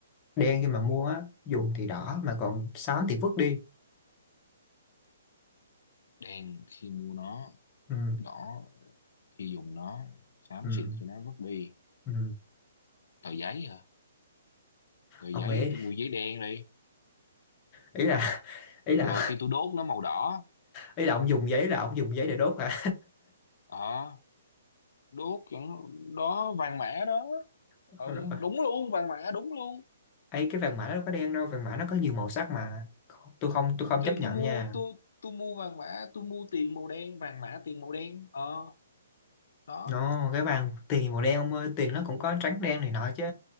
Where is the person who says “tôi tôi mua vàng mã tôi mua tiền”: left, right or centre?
Left